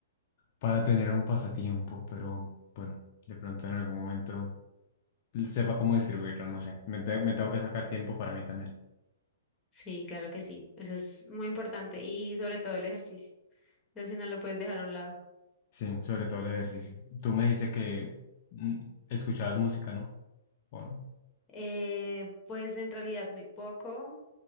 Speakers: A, on the left; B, on the left.
A: para tener un pasatiempo, pero bueno, de pronto en algún momento sepa cómo distribuirlo, no sé. Me, te- me tengo que sacar tiempo para mí también.
B: Sí, claro que sí, eso es muy importante y sobre todo el ejercicio. No, si no lo puedes dejar a un lado.
A: Sí, sobre todo el ejercicio. Tú me dijiste que mm, escuchabas música, ¿no? ¿O no?
B: Eh, pues en realidad muy poco.